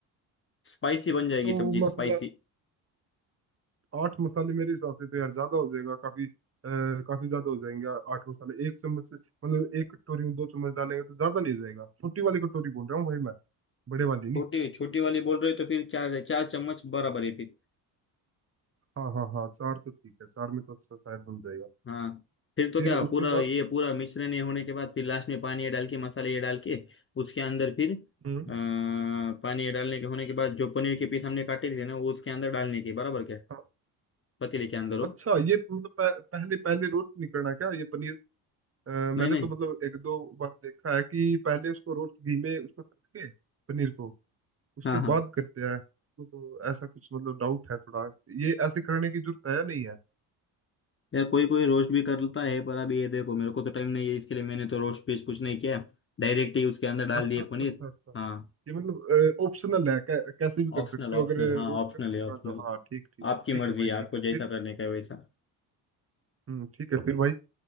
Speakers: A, on the left (about 25°); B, on the right (about 30°).
A: स्पाइसी बन जाएगी
B: अच्छा वो
A: सब्जी
B: मसाला
A: स्पाइसी
B: आठ मसाले मेरे हिसाब से तो यार ज्यादा हो जाएगा काफी अ, काफी ज्यादा हो जाएंगे आ- आठ मसाले एक चम्मच से मतलब एक कटोरी में दो चम्मच डालेंगे तो ज्यादा नहीं हो जाएगा छोटी वाली कटोरी बोल रहा हूँ भाई मैं बड़े वाली नहीं
A: छोटी छोटी वाली बोल रहे हो तो फिर चार चार चम्मच बराबर है फिर
B: हाँ हाँ हाँ चार तो ठीक है चार में तो अच्छा शायद बन जाएगा
A: हाँ फिर तो
B: फिर
A: क्या
B: उसके
A: पूरा
B: बाद
A: ये पूरा मिश्रण ये होने के बाद फिर लास्ट में पानी ये डाल के मसाले ये डाल के उसके अंदर फिर अ,
B: हम्म
A: पानी ये डालने के होने के बाद जो पनीर के पीस हमने काटे थे ना वो उसके अंदर डालने के बराबर क्या
B: हाँ
A: पतीले के अंदर हो
B: अच्छा ये तो मतलब पह, पहले पहले रोस्ट नहीं करना क्या ये पनीर अ, मैंने
A: नहीं नहीं
B: तो मतलब एक दो बार देखा है कि पहले उसको रोस्ट घी में उसको तल के पनीर को उसके
A: हाँ हाँ
B: बाद करते हैं तो, तो ऐसा कुछ मतलब डाउट है थोड़ा ये ऐसे करने की जरूरत है या नहीं है
A: यार कोई कोई रोस्ट भी करता है पर अभी ये देखो मेरे को तो टाइम नहीं है इसके लिए मैंने तो रोस्ट पीस कुछ नहीं किया डायरेक्ट ही उसके अंदर डाल
B: अच्छा
A: दिए
B: अच्छा
A: पनीर
B: अच्छा अच्छा
A: हाँ
B: ये मतलब ऑप्शनल है कै, कैसे भी
A: ऑप्शनल
B: कर सकते हो
A: ऑप्शनल
B: अगर
A: हाँ
B: रोस्ट
A: ऑप्शनल
B: करके
A: है
B: करना
A: ऑप्शनल
B: तो हाँ ठीक ठीक
A: आपकी
B: ठीक
A: मर्जी
B: है भाई
A: है आपको
B: ठीक है
A: जैसा
B: फिर
A: करने का है वैसा
B: हम्म ठीक है फिर भाई